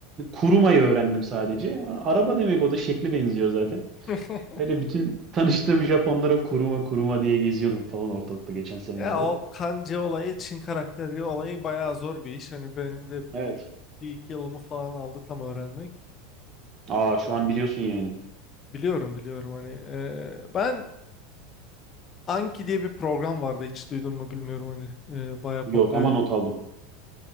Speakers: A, on the right; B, on the left.
A: kurumayı öğrendim sadece. Araba demek o da şekli benziyor zaten.
B: <laughs>
A: Öyle bütün tanıştığım Japonlara kuruma kuruma diye geziyordum falan ortalıkta geçen senelerde.
B: Ya o kanji olayı, Çin karakteri olayı bayağı zor bir iş. Hani benim de
A: Evet.
B: bir iki yılımı falan aldı tam öğrenmek.
A: Aa şu an biliyorsun yani.
B: Biliyorum biliyorum hani e, ben Anki diye bir program vardı hiç duydun mu bilmiyorum hani e, baya popüler.
A: Yok ama not aldım.